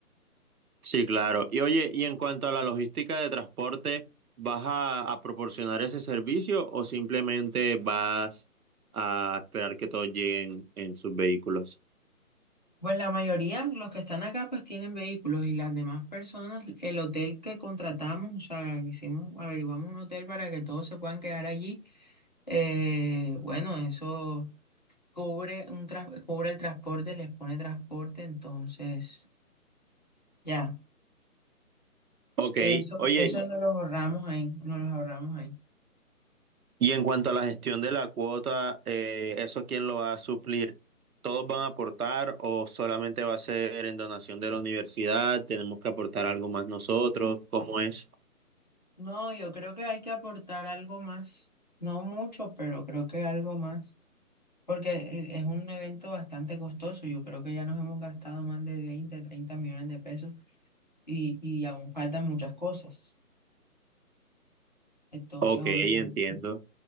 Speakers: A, on the right; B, on the left.
A: Sí, claro. Y oye, y en cuanto a la logística de transporte, ¿vas a, a proporcionar ese servicio o simplemente vas a esperar que todos lleguen en sus vehículos?
B: Pues la mayoría, los que están acá, pues tienen vehículos y las demás personas, el hotel que contratamos, o sea, hicimos, averiguamos un hotel para que todos se puedan quedar allí. eh, bueno, eso. cubre un tras- cubre el transporte, les pone transporte, entonces ya,
A: Ok,
B: eso,
A: oye,
B: eso no los ahorramos ahí, no los ahorramos ahí.
A: y en cuanto a la gestión de la cuota, eh, ¿eso quién lo va a suplir? ¿Todos van a aportar o solamente va a ser en donación de la universidad? ¿Tenemos que aportar algo más nosotros? ¿Cómo es?
B: No, yo creo que hay que aportar algo más, no mucho, pero creo que algo más, porque e- es un evento bastante costoso, yo creo que ya nos hemos gastado más de 20 30 millones de pesos y, y aún faltan muchas cosas, entonces
A: Ok,
B: obviamente,
A: entiendo.